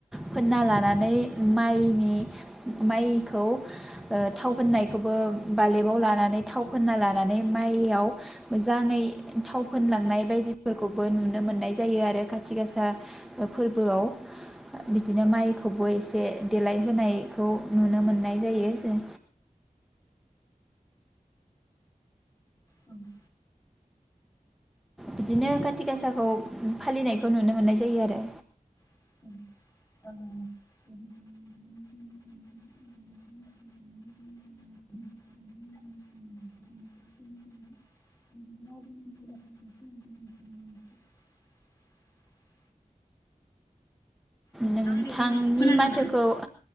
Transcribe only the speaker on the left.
उम्म।
ओ <inaudible> नोंथाङा
आंनि बुंनायखौ खोनादों
ना?